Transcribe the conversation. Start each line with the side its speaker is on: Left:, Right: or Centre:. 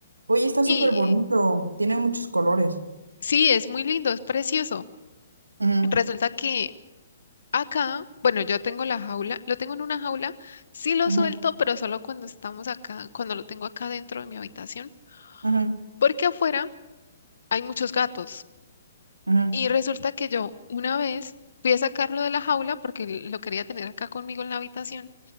Right: Oye, está
Left: Y
Right: súper bonito. Tiene muchos colores.
Left: sí, es muy lindo, es precioso.
Right: Ujú,
Left: Resulta que Acá, bueno, yo tengo la jaula, lo tengo en una jaula, sí lo
Right: ujú,
Left: suelto, pero solo cuando estamos acá, cuando lo tengo acá dentro de mi habitación,
Right: ujú,
Left: porque afuera hay muchos gatos.
Right: ujú,
Left: Y resulta que yo una vez fui a sacarlo de la jaula porque l- lo quería tener acá conmigo en la habitación